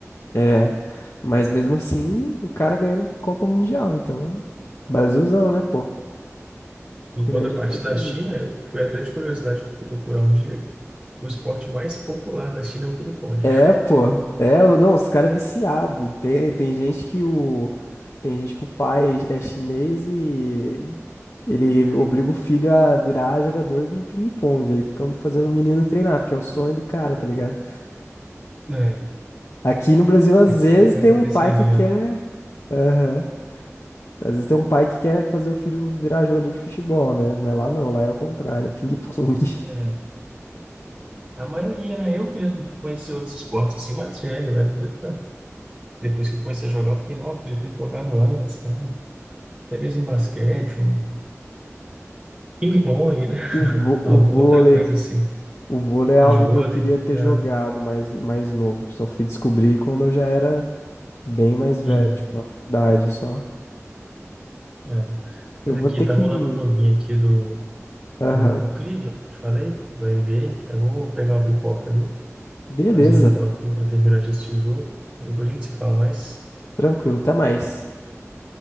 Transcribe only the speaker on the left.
é. Mas mesmo assim, o cara ganhando Copa Mundial. Então, Brasilzão, né, pô?
Grande
Brasil.
É, pô. É, o- não, os caras é viciado. Tem, tem gente que o tem gente que o pai é chinês e ele obriga o filho a virar jogador de ping-pong. Aí ficamos fazendo o menino treinar, porque é o sonho do cara, tá ligado?
Aqui no Brasil, às
vezes,
tem
um pai que quer.
Aham. Às vezes tem um pai que quer fazer o filho virar jogador de futebol, né? Mas lá não, lá é o contrário, é ping-pong. <laughs>
O, vô-
o vôlei,
O vôlei é algo
que eu queria ter
jogado mais, mais novo. Só fui descobrir quando eu já era bem mais
velho, tipo, na faculdade só.
Eu
vou
ter
que.
Aham.
Beleza.
Tranquilo. Até mais.